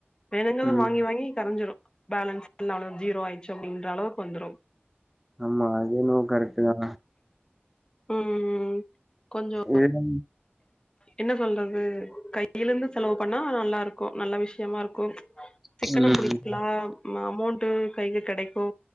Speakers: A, on the left; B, in the centre.
A: வேணுங்கறத
B: ம்
A: வாங்கி வாங்கி கரஞ்சுரு பேலன்ஸ் <inaudible> அவ்ளோ ஜீரோ ஆய்ர்ச்சு அப்டின்ற அளவுக்கு வந்துரு
B: ஆமா அது என்னவோ கரெட்டு தா
A: ம் ம் கொஞ்சோ
B: இது
A: என்ன சொல்றது கைய்யில இருந்து செலவு பண்ணா நல்லாருக்கு நல்ல விஷ்யமா இருக்கு
B: ம்
A: சிக்கனம் புடிக்கலா ம அமோண்டு கைல கெடைக்கு